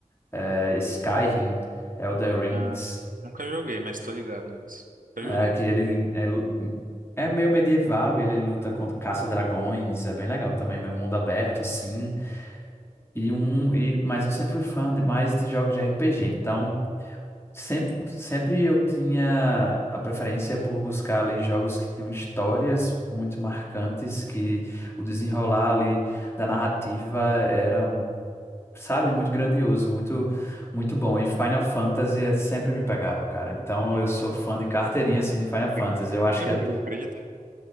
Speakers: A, on the left (about 20°); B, on the right (about 80°).
A: é, Skyrim, Elder Rings.
B: Ah, nunca joguei, mas tô ligado nisso. Nunca
A: É,
B: joguei.
A: que ele é, lu- é meio medieval, ele luta contra caça-dragões, é bem legal também, meio mundo aberto, assim. E um, e, mas eu sempre fui fã demais de jogos de RPG, então sempre, sempre eu tinha a preferência por buscar ali jogos que tinham histórias muito marcantes, que o desenrolar ali da narrativa era, sabe, muito grandioso, muito, muito bom. E Final Fantasy eh, sempre me pegava, cara. Então
B: Hum,
A: eu sou fã de carteirinha, assim,
B: Nunca
A: de Final Fantasy.
B: joguei,
A: Eu acho
B: nunca
A: que
B: joguei,
A: é,
B: acredita?